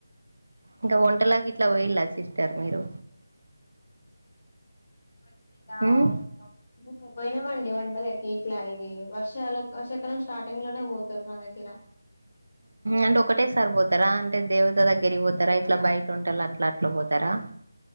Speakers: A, on the right (about 70°); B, on the left (about 30°).
A: ఇంకా వంటలాగా ఇట్లా వే్యలాచ్చిస్తారు మీరు
B: <unintelligible>
A: ఉమ్
B: పోయినామండి వంటల ఎకి ఇట్లా ఇది వర్షాలు వర్షకరం స్టార్టింగ్ లోనే పోతారు మా దగ్గర
A: అంటే ఒకటే సారి పోతారా అంటే దేవత దగ్గరి పోతారా ఇట్లా బయట ఉంటాల అట్లా అట్లా పోతారా